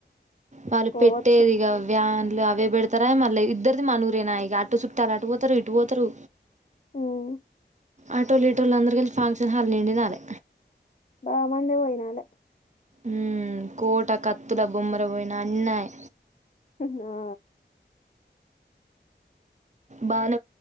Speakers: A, on the right; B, on the left.
A: వాళ్ళు
B: పోవచ్చు
A: పెట్టేదిక వ్యాన్ మళ్ళ అవే పెడతారా మళ్ళ ఇద్దరిది మానూరేనా ఇగా అటో చుట్టూ అలా అటు పోతారు ఇటు పోతారు
B: ఉమ్
A: ఆటోలుటోలు అందరు గెలి ఫాంక్షన్ హాల్ నిన్డుగాల్
B: బామందే పోయినాల
A: ఉమ్ కోట కత్తుల బొమ్మర పోయిన అన్నాయి
B: హు హు ఆ
A: బన